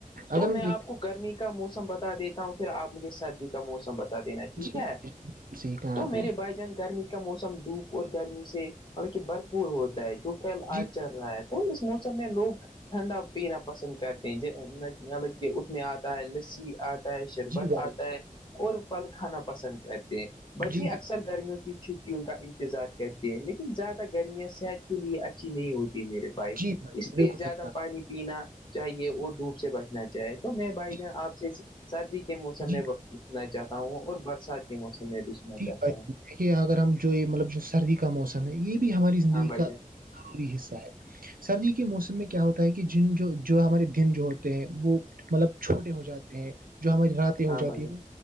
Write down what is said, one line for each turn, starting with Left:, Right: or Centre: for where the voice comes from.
Left: تو
Right: اگر ہم
Left: میں
Right: دیکھ
Left: آپ کو گرمی کا موسم بتا دیتا ہوں پھر آپ مجھے سردی کا موسم بتا دینا ٹھیک
Right: جی
Left: ہے
Right: بالکل صحیح کہا
Left: تو
Right: آپ
Left: میرے
Right: نے
Left: بھائی جان گرمی کے کا موسم دھوپ اور گرمی سے مطب کہ بھرپور ہوتا ہے جوٹل
Right: جی
Left: آج چل رہا ہے تو موسم میں لوگ ٹھنڈا پینا پسند کرتے ہیںب کہ میں آتا ہے لسی آ ہے شربت
Right: جی بھائی
Left: آتا ہے اور پھل کھانا پسند کرتے ہیں بچے
Right: جی
Left: اکثر گرمیوں کی چھٹیوں کا انتظار کرتے ہیں لیکن زیادہ گرمیاں صحت کے لیے اچھی نہیں ہوتی میرے بھائی
Right: جی
Left: اس لیے
Right: بالکل
Left: زیادہ
Right: صحیح کہا
Left: پانی پینا چاہیے اور دوپ سے بیٹنا چاہے تو میں بھائی
Right: جی
Left: جان آپ سے سردی کے موسم
Right: جی
Left: میں سنا چاہتا ہوں اور برسات کے موسم میں بھی سنا
Right: جٹھیک
Left: چاہتا
Right: بھائی
Left: ہوں
Right: دیکھیے اگر ہم جو یہ مطلب جو سردی کا موسم ہے یہ بھی ہماری زندگی
Left: ہاں بھائی
Right: کا
Left: جان
Right: ضروری حصہ ہے سردی کے موسم میں کیا ہوتا ہے کہ جن جو جو ہمارے دن جو ہوتے ہیں وہ مطلب چھوٹے ہو جاتے ہیں جو ہماری راتیں ہو
Left: ہاں
Right: جاتی
Left: بھائی جان
Right: ہیں وہ